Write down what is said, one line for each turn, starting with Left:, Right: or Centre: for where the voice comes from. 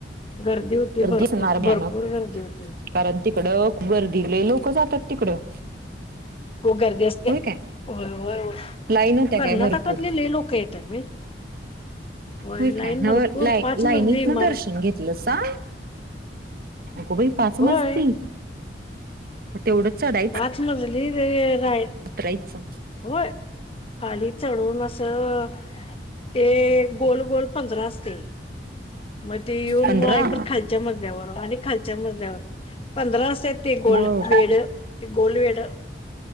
Left: गर्दी होती भरपूर
Right: असणार भयानक
Left: भरपूर गर्दी होती.
Right: कारण तिकडं गर्दीले लोक जातात तिकडं.
Left: हो गर्दी असते.
Right: होय काय?
Left: होय होय
Right: लाईन होत्या
Left: कर्नाटकातलेले
Right: काय भरपूर
Left: लोक येतात बाई. होय
Right: हो
Left: लाईन
Right: काय न
Left: भरपूर
Right: ला
Left: पाच
Right: लाईनीत
Left: मजली इमारत
Right: ना दर्शन घेतलं सा? होको बाई पाचमजती?
Left: होय
Right: म तेवढंच चढा
Left: पाच मजली राई
Right: <unintelligible>
Left: होय खाली चढून असं ते गोल गोल पधरा ते मग ते येऊन
Right: पंधरा
Left: मग आहे प खालच्या मजल्यावर आणि खालच्या मजल्यावर पधरा सह ते गोल
Right: बर
Left: वेड ते गोलल् वेड.